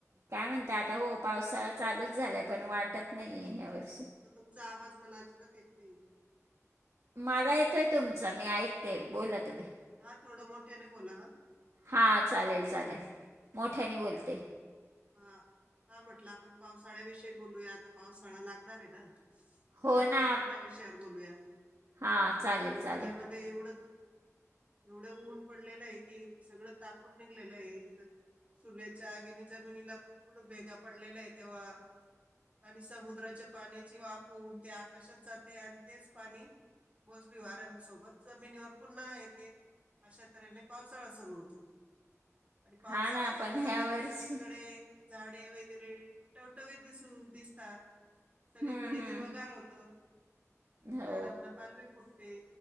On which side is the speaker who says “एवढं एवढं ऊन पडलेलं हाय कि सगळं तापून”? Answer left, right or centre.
Right